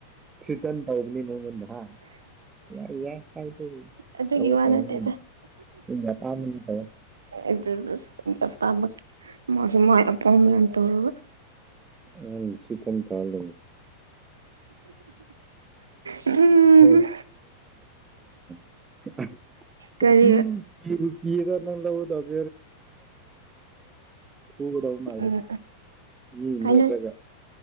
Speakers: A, on the right; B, on the right.
A: ꯊ꯭ꯔꯤꯇꯟ ꯇꯧꯕꯅꯤ ꯅꯉ‌ꯣꯟꯗ ꯍꯥ ꯌꯥꯏ ꯌꯥꯏ <unintelligible>
B: ꯑꯗꯨꯒꯤ
A: ꯇꯧꯔ‌ꯣ
B: ꯋꯥ
A: ꯇꯧꯔ‌ꯣ
B: ꯅꯠꯇꯦꯗ
A: ꯅꯪ ꯅꯪ ꯑꯄꯥꯝꯕꯗ‌ꯣ ꯇꯧ
B: ꯏꯁ ꯏꯁ ꯏꯁ <unintelligible> ꯃꯥꯁꯨ ꯃꯥꯏ ꯑꯄ‌ꯣꯏꯃ‌ꯦꯟ ꯇꯧꯔꯒ
A: ꯅꯪ ꯁꯤ ꯇꯝ ꯇꯧꯔ
B: ꯎꯝ
A: <unintelligible> <unintelligible> ꯅꯉꯣꯟꯗ <unintelligible>
B: ꯀꯔꯤ
A: ꯊꯤꯒꯗ‌ꯣ ꯃꯥꯜꯂꯦ
B: ꯎꯝ
A: ꯃꯤ
B: ꯀꯩꯅꯣ
A: ꯅꯦꯛꯂꯒ